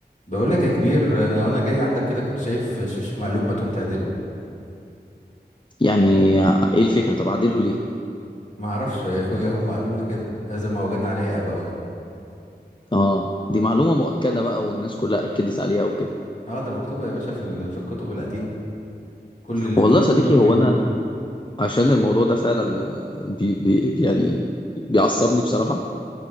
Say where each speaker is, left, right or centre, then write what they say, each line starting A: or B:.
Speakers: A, on the left; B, on the left.
A: بقول لك يا كبير انا وانا جاي عندك كده كنت شايف شوش مقلوب ما تقوم تعدله
B: يعني ايه الفكرة طب اعدله ليه
A: ما اعرفش يا اخويا هم قالوا لنا كده هذا ما وجدنا عليه اباؤنا
B: اه دي معلومة مؤكدة بقى والناس كلها اكدت عليها وكده
A: اه ده مكتوبه يا باشا في ال- في الكتب القديمه كل اللي
B: والله
A: كل
B: يا
A: الجدود
B: صديقي هو
A: بيقولوها
B: انا عشان الموضوع ده فعلا آه، بي بي يعني بيعصبني بصراحة